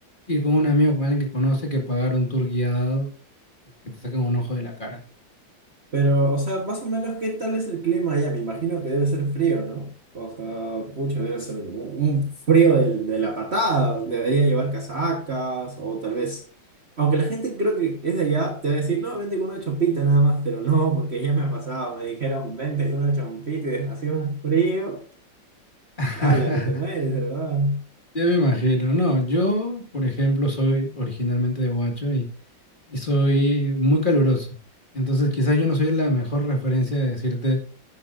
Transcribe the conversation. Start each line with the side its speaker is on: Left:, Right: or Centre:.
Left: ir con un amigo, con alguien que conoce, que pagar un tour guiado que te saquen un ojo de la cara.
Right: Pero, o sea, más o menos, ¿qué tal es el clima allá? Me imagino que debe ser frío, ¿no? O sea, pucha, debe ser un un frío del- de, la patada. Debería llevar casacas o tal vez... Aunque la gente creo que es de allá, te va a decir, no, vente con una chompita nada más, pero no, porque ya me ha pasado. Me dijeron, vente con una chompita y <laughs> hacía un frío.
Left: <laughs>
Right: ¡Hala, que te mueres, de verdad!
Left: Ya me imagino, no, yo, por ejemplo, soy originalmente de Huacho y, y soy muy caluroso. Entonces, quizás yo no soy la mejor referencia de decirte